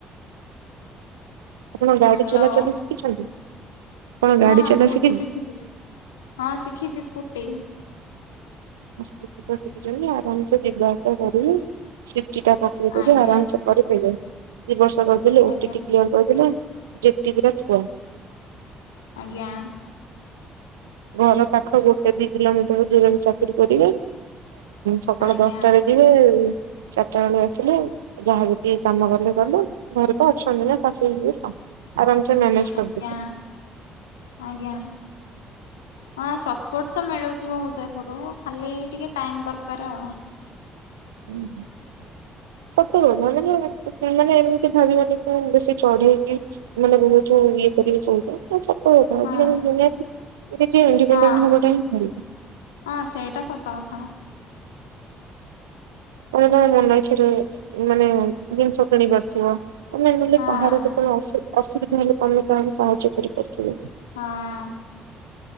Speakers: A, on the right; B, on the left.
A: ଆପଣ
B: ହ୍ୟାଲୋ।
A: ଗାଡି ଚଲାଚଲି ଶିଖିଛନ୍ତି। ଆପଣ ଗାଡି
B: ହଁ
A: ଚଲା
B: ସ୍କୁଟି
A: ଶିଖିଛନ୍ତି?
B: ଶିଖିଛି ହଁ ଶିଖିଛି ସ୍କୁଟି।
A: ସ୍ ତ ଶିଖିଛନ୍ତି ଆରାମ ସେ ଯିବା ଆସା କରିଲି ସିିଟା ପକେଇଦବି
B: ଆଜ୍ଞା
A: ଆରାମସ କରି ଦଇ ବର୍ଷ କରିଦେଲେ
B: ଆଜ୍ଞା
A: ଓଟିଟି କ୍ୟର କରିଦ ଯେ
B: ଆଜ୍ଞା।
A: ଘର ପାଖ ଗୋଟେ ଦି କିଲୋମିଟର ଦୂରରେ ଚାକିରି କରିବେ ସକାଳ
B: ଆଜ୍ଞା
A: ଦଶଟାରେ। ସେ ଚାରିଟା ବେଳ ଆସିଲେ ଯାହାବ ଟିକେ କାମ କଲେ କଲୁ ଘରେ ତ ଅଛନ୍ତି ନା। ଆରାାମ ସେ ମୋନେଜ କର
B: ଆଜ୍ଞା ଆଜ୍ଞା। ହଁ ସପୋର୍ଟ ତ ମିଳୁଛି ବହୁତ ଏପଟୁ ଖାଲି ଟିକେ ଟାଇମ ଦରକାର ଆଉ।
A: <unintelligible> ସତ ମାନେ ମାନେ ଏମିତି ଭାବିବନି ତ ବେଶୀ ଚଢେଇକି ମାନେ ବହୁତ ଇଏ କରିବି କଉଚ ସତ କଥା
B: ହଁ
A: ଆଜିକାଲି ଇଡିପେଣ୍ଡନେ
B: ହଁ
A: ହେବାଟା ଖରାପ
B: ହଁ ସେଇଟା ସତ କଥା।
A: କେଭେ କେଭେ ମନ ଇଛରେ ମାନେ ଜିନିଷ କିଣି ପାରୁଥିବ ତମେ ନଲେ
B: ହଁ
A: କାହାର କେତବେଳେ ଅସୁବିଧା ହେଲେ ତମେ କାହାକୁ ସାହାଯ୍ୟ କରିପାରିବ।
B: ହଁ।